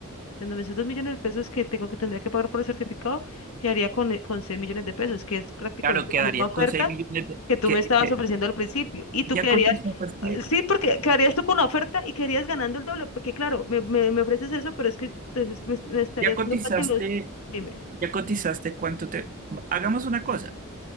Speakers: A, on the left; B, on the right.
A: quitándome esos 2 millones de pesos que tengo que tendría que pagar por el certificado, quedaría con, eh, con 6 millones de pesos, que es prácticamente
B: claro, quedarías
A: la misma oferta
B: con 6 millones de...
A: que tú
B: Que,
A: me estabas
B: que-
A: ofreciendo al principio. Y tú
B: ya
A: quedarías,
B: cotizaste,
A: eh, sí, porque quedarías tú con una oferta y quedarías ganando el doble, porque claro, me, me, me ofreces eso, pero es que entonces me, me estaría
B: ya cotizaste
A: dando casi los, dime,
B: Ya cotizaste cuánto te... Hagamos una cosa,